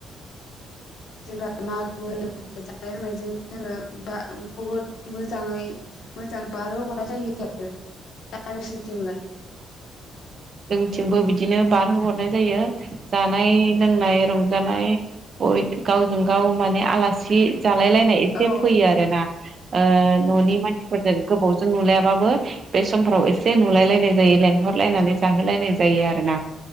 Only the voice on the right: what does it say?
जोंनिथिंबो बिदिनो बारहोहरनाय जायो जानाय लोंनाय रंजानाय गावजों गाव माने आलासि जालाय लायनाय एसे
फैयो आरो ना ओ न'नि मानसिफोरजों गोबावजों नुलायाबाबो बे समफोराव एसे नुलायलायनाय जायो लेंहरलायनानै जाहोलायनाय जायो आरोना